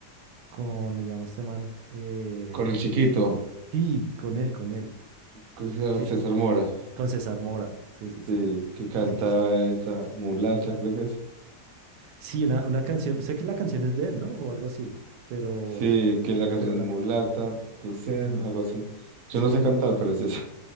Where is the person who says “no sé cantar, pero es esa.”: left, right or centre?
Right